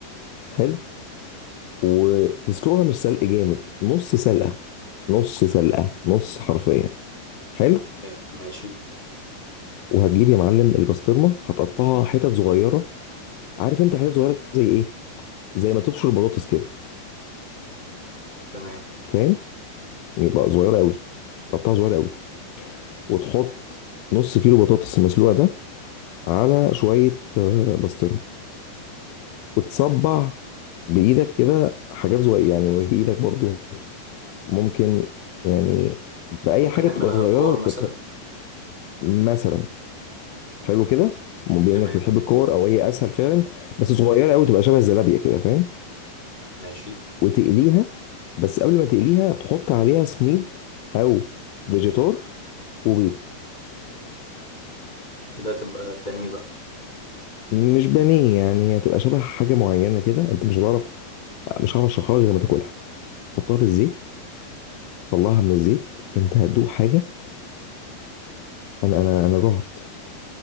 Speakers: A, on the left; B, on the left.
A: حلو وتسلقها مش سلق جامد نص سلقه نص سلقه نص حرفيا حلو
B: إيه، ماشي
A: وهتجيب يا معلم البسطرمه هتقطعها حتت صغيره عارف انت حتت صغيره زي ايه زي ما تبشر البطاطس كده
B: تمام
A: فاهم يبقى صغيرة قوي طبقها صغيرة قوي وتحط نص كيلو بطاطس المسلوقة ده على شوية آه، بسطرمة وتصبع بإيدك كده حاجات صغيرة يعني مش بإيدك برضو ممكن يعني بأي
B: ممكن
A: حاجة
B: نعملها
A: تبقى صغيرة
B: كور
A: تبقى
B: مثلا
A: مثلا حلو كده م- بما
B: تمام
A: إنك بتحب الكور أو هي أسهل فعلا بس صغيرة قوي تبقى شبه الزلابية كده فاهم
B: ماشي
A: وتقليها بس قبل ما تقليها تحط عليها سميد أو فيجيتار وبيض
B: كده تبقى بانيه بقى
A: مش بانيه يعني هتبقى شبه حاجه معينه كده انت مش هتعرف مش هعرف اشرحها لك غير لما تاكلها حطها في الزيت طلعها من الزيت انت هتدوق حاجه انا انا انا جعت